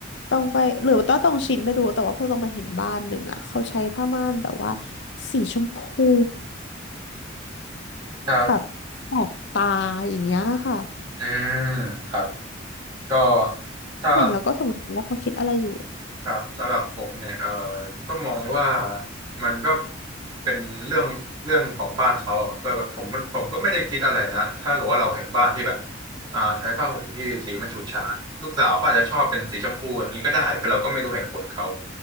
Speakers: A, on the left; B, on the right.
A: ต้องไปหรือว่าต้องต้องชินไม่รู้แต่ว่าพอต้องมาเห็นบ้านหนึ่งอ่ะเขาใช้ผ้าม่านแบบว่าสีชมพู
B: ครับ
A: แบบแสบตาอย่างเงี้ยค่ะ
B: อ่าครับก็ถ้า
A: เห็นแล้วก็สงสัยว่าเขาคิดอะไรอยู่
B: ครับสำหรับผมเนี่ยเออก็มองว่ามันก็เป็นเรื่องเรื่องของบ้านเขาอะครับว่าแบบผมผมก็ไม่ได้คิดอะไรนะถ้าเกิดว่าเราเห็นบ้านที่แบบอ่าใช้ผ้าห่มที่สีมันฉูดฉาดลูกสาวเขาอาจจะชอบเป็นสีชมพูอย่างนี้ก็ได้คือเราก็ไม่รู้เหตุผลเขา